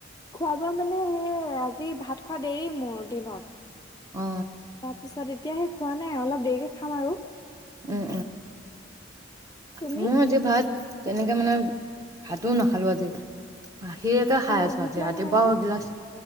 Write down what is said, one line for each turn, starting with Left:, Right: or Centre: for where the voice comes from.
Left: খোৱা বোৱা মানে সেই আজি ভাত খোৱা দেৰি মোৰ দিনত।
Right: অ
Left: তাৰপিছত এতিয়া সেই খোৱা নাই অলপ দেৰিকে খাম আৰু।
Right: উম
Left: তুমি?
Right: উম মই যে ভাত তেনেকে মানে ভাতোও নাখালো আজি গাখীৰকে খাই
Left: অ
Right: আছোঁ
Left: ভোক
Right: আজি
Left: লগা
Right: ৰাতিপুৱাও
Left: নাই নে?
Right: এগিলাচ